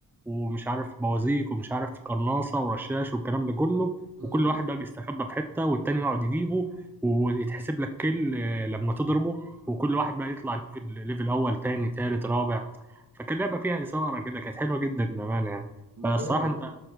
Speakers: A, in the centre; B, on the right.
A: ومش عارف بوازيك ومش عارف قرناصه ورشاش والكلام ده كله
B: امم
A: وكل واحد بقى بيستخبى في حته والتاني يقعد يجيبه ويتحسب لك كل آه، لما تضربه وكل واحد بقى يطلع ليفل ليفل اول تاني تالت رابع فكان لعبه فيها اثاره كده كانت حلوه جدا بامانه يعني
B: ما
A: فالصراحه
B: جامد
A: انت